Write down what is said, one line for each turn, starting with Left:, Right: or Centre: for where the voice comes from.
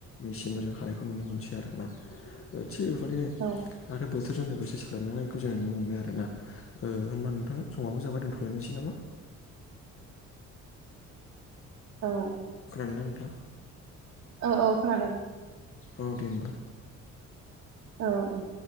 Left: मेसिनफोरजों हानायखौ नुनो मोनसै आरो ना। थिग बेबायदिनो
Right: औ
Left: दाथ' बोथोरजों लोगोसे सोलायनानैखौ जों नुनो मोनबाय आरो ना। ओ होनबा नोंथां समाबबो जाबाय दोनथ'लायनोसै नामा?
Right: औ।
Left: खोनादों ना नोंथां?
Right: औ औ खोनादों।
Left: औ दे होनबा।
Right: औ औ।